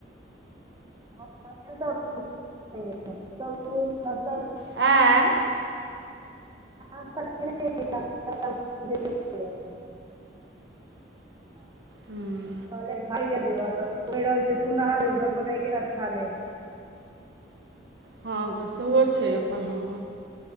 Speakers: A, on the right (about 20°); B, on the right (about 75°).
A: तऽ, त तऽ
B: ऐं
A: नाश्ता केने रही ये ह
B: हूं
A: कहलियै खा लैय जाई जो आ तऽ कैही रहल छैय नहा ले सोबगोटा एके साथ खा लेब
B: हँ तऽ सेहो छैय अपन हँ